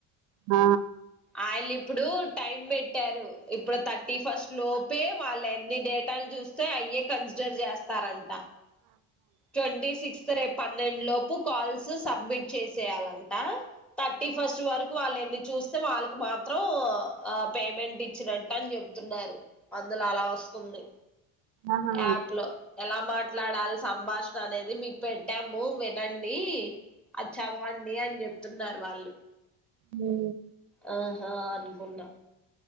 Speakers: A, on the right; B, in the centre.
A: ఆ
B: ఆళ్ళు ఇప్పుడు టైం పెట్టారు ఇప్పుడు థర్టీ ఫస్ట్ లోపే వాళ్ళ ఎన్ని డేట్ కాల్ చూస్తే అయే కన్సిడర్ చేస్తారంట. ట్వంటీ సిక్స్త్ రేపు పన్నెండు లోపు కాల్సు సబ్మిట్ చేసేయాలంట. థర్టీ ఫస్ట్ వరకు వాళ్ళ ఎన్ని చూస్తే వాళ్ళకి మాత్రం ఆ పేమెంట్ ఇచ్చినన్ అని చెప్తున్నారు అందుల అలా వస్తుంది
A: ఆహా.
B: యాప్ లో ఎలా మాట్ మాట్లాడాలి సంభాషణ అనేది మీకు పెట్టాము వినండి అది చదవండి అని చెప్తున్నారు వాళ్ళు
A: ఉ
B: ఆ హా అనుకున్నా